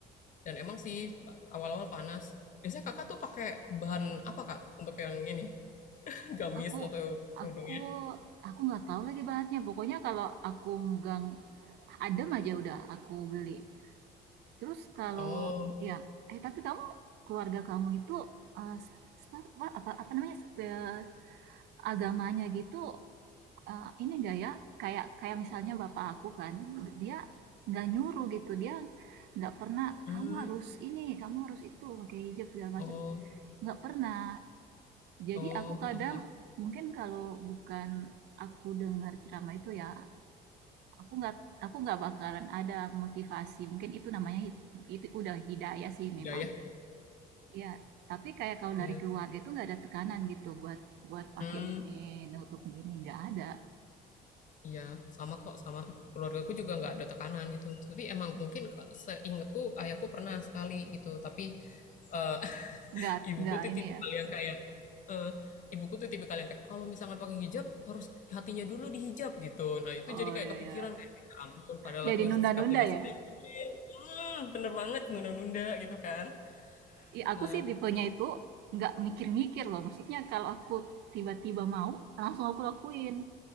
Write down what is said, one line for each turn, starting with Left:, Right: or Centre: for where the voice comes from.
Left: dan emang sih awal-awal panas. Biasanya Kakak tuh pakai bahan apa, Kak, untuk yang ini, <laughs> gamis
Right: Aku
Left: atau kerudungnya?
Right: aku aku nggak tahu lagi bahannya. Pokoknya kalau aku megang adem aja udah aku beli. Terus kalau
Left: Oh,
Right: ya eh tapi kamu keluarga kamu itu eh, s- s- apa, apa apa namanya spe- agamanya gitu eh, ini enggak ya kayak kayak misalnya bapak aku kan dia nggak nyuruh gitu dia nggak pernah
Left: hmm
Right: kamu harus ini kamu harus itu pakai hijab segala
Left: oh
Right: macam nggak pernah Jadi
Left: oh,
Right: aku kadang
Left: <laughs> ya
Right: mungkin kalau bukan aku dengar ceramah itu ya, aku nggak aku nggak bakalan ada motivasi. Mungkin itu namanya hid- itu udah hidayah sih
Left: ya,
Right: memang. Ya, tapi kayak kalau
Left: iya.
Right: dari keluarga itu nggak ada tekanan gitu buat buat pakai
Left: Mmm.
Right: ini nutup gini nggak ada.
Left: Iya, sama kok, sama. Keluargaku juga nggak ada tekanan gitu. Tapi emang mungkin ke seingetku ayahku pernah sekali gitu, tapi eee, <laughs>
Right: Nggak
Left: ibuku
Right: nggak
Left: tuh
Right: ini
Left: tipikal
Right: ya.
Left: yang kayak eee, ibuku tuh tipikal yang kayak, "Kalau misalnya pakai hijab harus hatinya dulu dihijab," gitu. Nah, itu
Right: Oh
Left: jadi kayak
Right: ya
Left: kepikiran
Right: ya.
Left: kayak, "Ya ampun, padahal
Right: Jadi
Left: aku
Right: nunda-nunda
Left: sikapnya
Right: ya.
Left: masih kayak gini." Mhm, bener banget, nunda-nunda gitu kan.
Right: Ih, aku
Left: Nah
Right: sih tipenya
Left: mhm.
Right: itu nggak mikir-mikir loh. Maksudnya kalau aku tiba-tiba mau langsung aku lakuin